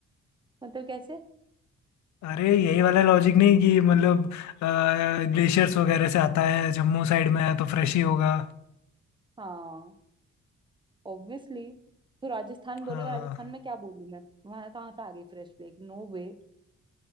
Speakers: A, on the right; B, on the left.
A: मतलब कैसे
B: अरे यही वाला लॉजिक नहीं कि मतलब ग्लेशियर्स वगैरह से आता है जम्मू साइड में है तो फ्रेश ही होगा
A: हाँ ऑब्वियसली तो राजस्थान
B: हाँ
A: बोलेगा राजस्थान में क्या बोलूं मैं वहां कहाँ से आ गई फ्रेश लेक नो वे